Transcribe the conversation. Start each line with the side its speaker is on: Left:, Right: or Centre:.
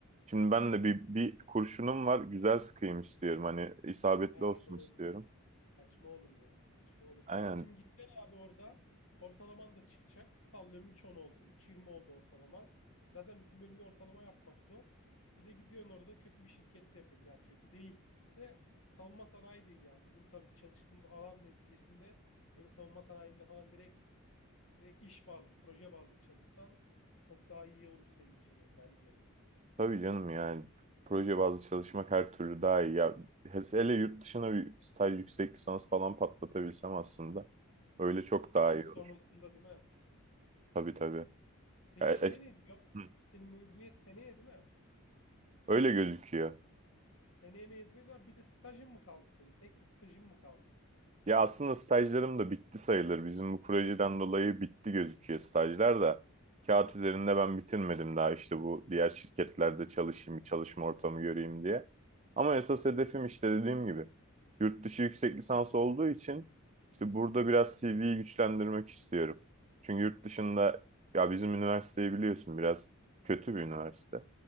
Right: Şimdi ben de bir, bir kurşunum var güzel sıkayım istiyorum. Hani isabetli
Left: Ha,
Right: olsun
Left: doğru
Right: istiyorum.
Left: Saçma olur ya. Saçma olur.
Right: Aynen
Left: Şimdi gideceksin abi orada. Ortalaman da çıkacak. Sallıyorum üç on oldu. üç yirmi oldu ortalaman. Zaten bizim bölümde ortalama yapmak zor. Bir de gidiyorsun orada kötü bir şirkette yapıyorsun. Ya kötü değil. De savunma sanayi değil yani. Bizim tabii çalıştığımız alan neticesinde böyle savunma sanayinde falan direkt direkt iş bazlı, proje bazlı çalışsan çok daha iyi olur senin için yani bence.
Right: Tabii canım yani proje bazlı çalışmak her türlü daha iyi. Ya, hele yurt dışına bir staj yüksek lisans falan patlatabilsem aslında öyle çok
Left: Ya
Right: daha
Left: onun
Right: iyi
Left: sonrasında
Right: olur.
Left: değil mi? Hmm.
Right: Tabii tabii.
Left: Peki
Right: Ya,
Left: şeye
Right: e-
Left: ne diyor?
Right: Hı.
Left: Senin mezuniyet seneye değil mi?
Right: öyle gözüküyor.
Left: Seneye mezuniyet var. Bir de stajın mı kaldı senin? Tek bir stajın mı kaldı?
Right: Ya aslında stajlarım da bitti sayılır. Bizim bu projeden dolayı bitti gözüküyor stajlar da. Kağıt üzerinde ben bitirmedim daha işte bu diğer şirketlerde çalışayım, çalışma ortamı göreyim diye. Ama esas hedefim işte dediğim gibi yurt dışı yüksek lisans olduğu için işte burada biraz CV'yi güçlendirmek istiyorum. Çünkü yurt dışında ya bizim üniversiteyi biliyorsun biraz kötü bir üniversite.